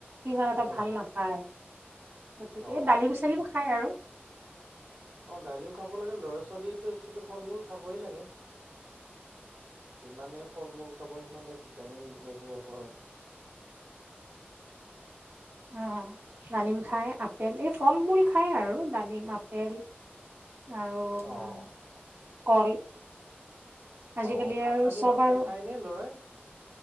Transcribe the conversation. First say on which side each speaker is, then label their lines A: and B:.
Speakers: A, on the right (about 65°); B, on the right (about 85°).
A: ইমান এটা
B: উম
A: ভাল নাপায়, গতিকে
B: অ
A: ডালিম চালিম খায় আৰু।
B: অ' ডালিম খাব লাগে ল'ৰা ছোৱালীটো একচুৱেলি ফল মূল খাবই লাগে। যিমানে ফল মূল খাব সিমানে ভিটামিন হেৰি হ'ব আৰু।
A: অ' ডালিম খায় আপেল এই ফল মূল খায় আৰু ডালিম, আপেল আৰু উম
B: অ'।
A: কল। আজিকালি
B: অ ভাত
A: আৰু
B: পানী
A: চব
B: ভালকে
A: আৰু
B: খাই নে লৰাই?